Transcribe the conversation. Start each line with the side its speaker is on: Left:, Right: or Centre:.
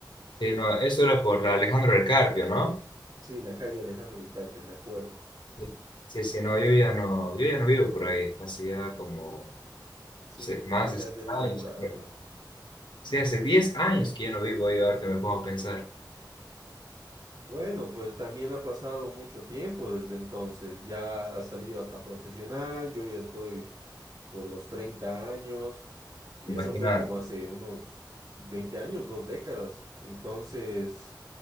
Left: Sí, no, eso era por la Alejandro del Carpio, ¿no?
Right: Sí, la calle Alejandro del Carpio, me acuerdo.
Left: Sí, sí, sí, no, yo ya no, yo ya no vivo por ahí. Hacía como
Right: Sí,
Left: se-
Right: te,
Left: más
Right: te
Left: de seis
Right: has debido
Left: años.
Right: mudar,
Left: que no-
Right: ¿no?
Left: Sí, hace 10 años que yo no vivo ahí, ahora que me pongo a pensar.
Right: Bueno, pues también ha pasado mucho tiempo desde entonces. Ya has salido hasta profesional, yo ya estoy por los 30 años, y
Left: Imaginar.
Right: eso fue como hace unos 20 años, dos décadas. Entonces,